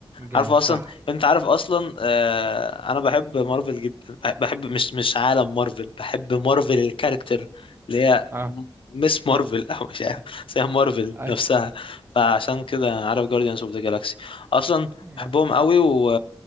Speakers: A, on the right; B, on the left.
A: جامد
B: عارف اصلا
A: صح
B: انت عارف اصلا آه، انا بحب مارفل جدا بحب مش مش عالم مارفل بحب مارفل الكاركتر اللي هي
A: اه
B: مس مارفل او مش عارف بس هي مارفل
A: اي
B: نفسها فعشان كده عارف جارديانز اوف ذا جالاكسي اصلا
A: يا
B: بحبهم قوي و